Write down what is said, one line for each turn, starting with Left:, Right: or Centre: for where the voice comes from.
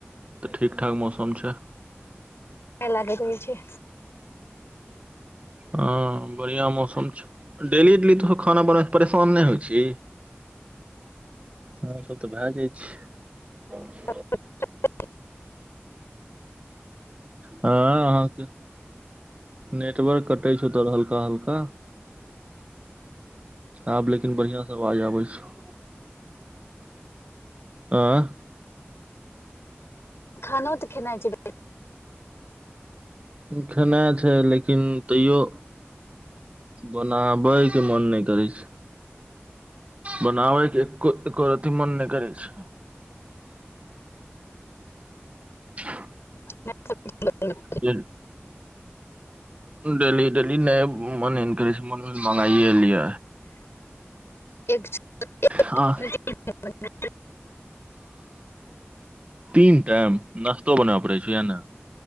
Right: तऽ ठीक ठाक मौसम छै।
Left: ए लागैत होइ छै
Right: हँ बढ़िया मौसम छै। डेली इडली त खाना बनाक परेशान नै होइछीही आर सब तऽ भए जाइ छै।
Left: <unintelligible>
Right: हँ अहाँके नेटवर्क कटै छौ तोर हल्का- हल्का आब लेकिन बढ़ियांसँ आवाज आबै छो ऐं
Left: खाना त खेना छै
Right: खेनाइ छै लेकिन तैयो बनाबै के मन नय करै छै। बनाबै के एक्को एको रतिमन नै करै छै। <unintelligible>
Left: <inaudible>
Right: <unintelligible> डेली डेली नै मने नै करै छइ मगाइए लिय
Left: <unintelligible>
Right: हँ तीन टाइम नाश्तो बनब पड़े छै य ने